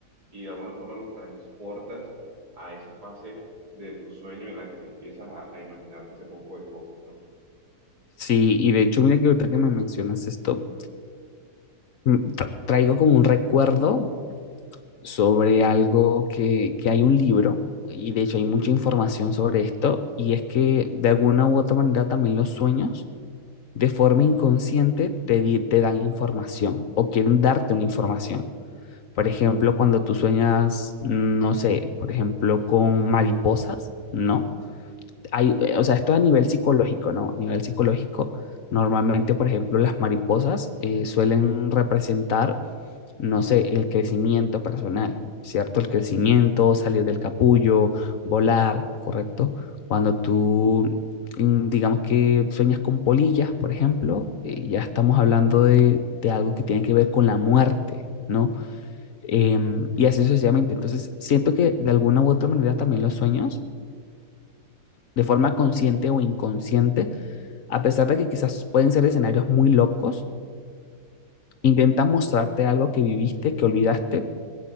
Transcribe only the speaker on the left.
Sí, y de hecho, mira que ahorita que me mencionas esto, mm, tra- traigo como un recuerdo sobre algo que, que hay un libro, y de hecho hay mucha información sobre esto, y es que de alguna u otra manera también los sueños de forma inconsciente te, di- te dan información o quieren darte una información. Por ejemplo, cuando tú sueñas, mm, no sé, por ejemplo, con mariposas, ¿no? Hay, eh, o sea, esto a nivel psicológico, ¿no? A nivel psicológico, normalmente, por ejemplo, las mariposas eh, suelen representar, no sé, el crecimiento personal, ¿cierto? El crecimiento, salir del capullo, volar, ¿correcto? Cuando tú, mm, digamos que sueñas con polillas, por ejemplo, eh, ya estamos hablando de, de algo que tiene que ver con la muerte, ¿no? Em, y así sucesivamente. Entonces, siento que de alguna u otra manera también los sueños de forma consciente o inconsciente, a pesar de que quizás pueden ser escenarios muy locos, intentan mostrarte algo que viviste, que olvidaste